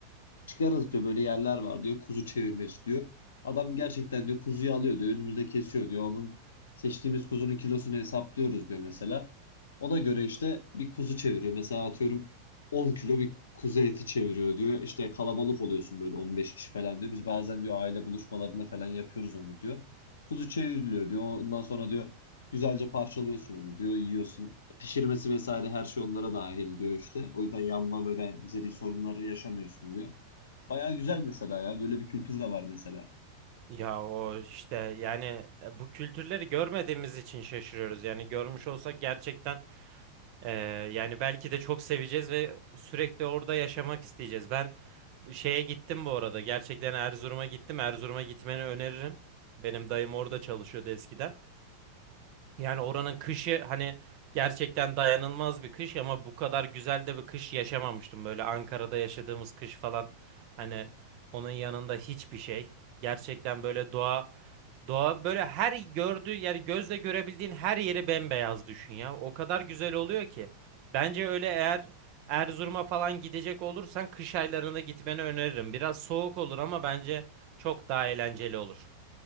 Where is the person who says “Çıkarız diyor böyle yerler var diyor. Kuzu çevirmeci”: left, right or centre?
Left